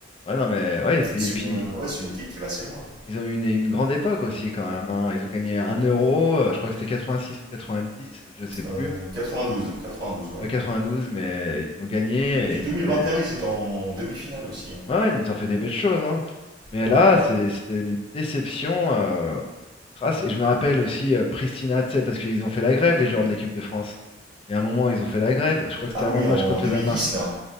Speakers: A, on the left; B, on the right.
A: Ouais, non mais ouais, c'est- et
B: C'est
A: puis
B: une, euh, ouais, c'est une équipe qui va assez loin.
A: ils ont eu une, une grande époque aussi quand même, hein. Ils ont gagné un euro, euh, je crois que c'était 86 ou 90, je sais plus.
B: Euh, 92, 92, ouais,
A: Pas
B: ouais.
A: douze mais ils ont gagné
B: Et puis
A: et
B: 2021,
A: c'était.
B: ils étaient en demi-finale aussi. hein.
A: Ouais, ouais, ils ont fait des belles choses, hein. Mais
B: Ouais.
A: là, c'est- c'était une déception. euh, crasse. Et je me rappelle aussi euh, Pristina, tu sais, parce qu'ils ont fait la grève, les joueurs de l'équipe de France. Il y a un moment, ils ont fait la grève. Je crois que c'était
B: Ah
A: avant
B: oui,
A: le
B: en
A: match contre
B: 2010,
A: le Danemark.
B: là.